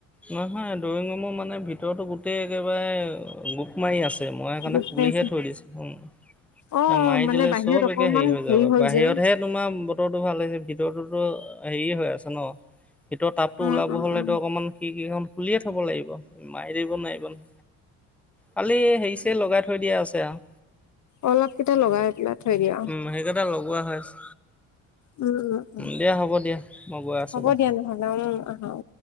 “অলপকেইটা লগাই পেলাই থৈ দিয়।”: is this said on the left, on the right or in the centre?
Left